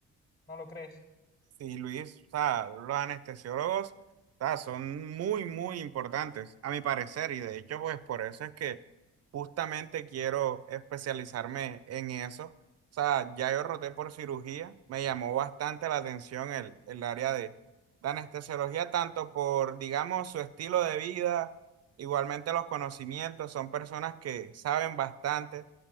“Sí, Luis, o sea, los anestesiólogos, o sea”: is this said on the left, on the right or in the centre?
Right